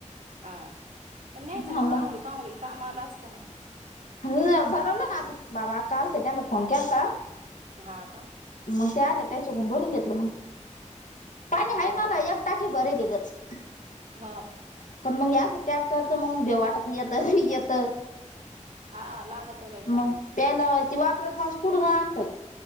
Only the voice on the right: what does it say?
हा न्यायचं
ना मग आंघोळी पांघोळीला काम आलं असतं ना
हा का
बरं
झालं
<inaudible>
हा लागत आहे बाई पाणी